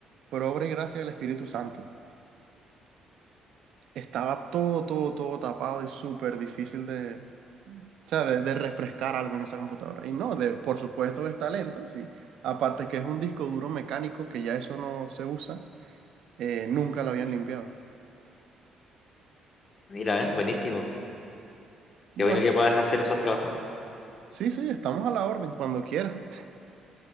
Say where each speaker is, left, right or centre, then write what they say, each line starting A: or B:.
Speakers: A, on the right; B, on the left.
A: por obra y gracia del Espíritu Santo. Estaba todo, todo, todo tapado y súper difícil de O sea, de, de refrescar algo en esa computadora. Y no, de, por supuesto que está lenta, sí. Aparte que es un disco duro mecánico que ya eso no se usa, eh, nunca lo habían limpiado.
B: Mira, ¿eh? Buenísimo.
A: Bueno,
B: Qué bueno que puedas hacer esos trabajos.
A: sí, sí, estamos a la orden cuando quiera.